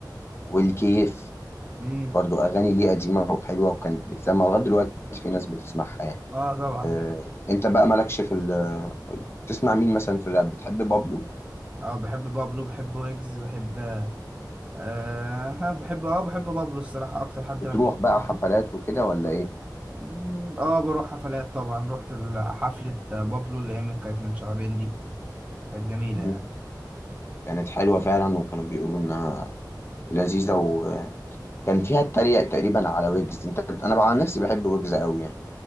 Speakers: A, on the left; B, on the right.
A: والكيف
B: مم.
A: برضو اغاني ليه قديمه وحلوه وكانت بتسمع لغايه دلوقتي في ناس بتسمعها يعني
B: آه طبعا
A: آه، انت بقى مالكش في ال بتسمع مين مثلا في الراب بتحب بابلو
B: آه بحب بابلو بحب ويجز بحب آه ها، بحب آه بحب بابلو الصراحة أكتر حد
A: بتروح
B: أنا بحبه
A: بقى
B: في الراب
A: حفلات وكده ولا ايه
B: مم، آه بروح حفلات طبعا رحت حفلة بابلو اللي هي من كانت من شهرين دي كانت جميلة
A: مم.
B: يعني
A: كانت حلوه فعلا وكانوا بيقولوا انها لذيذه وكان فيها التريق تقريبا على ويجز انت انا بقى عن نفسي بحب ويجز قوي يعني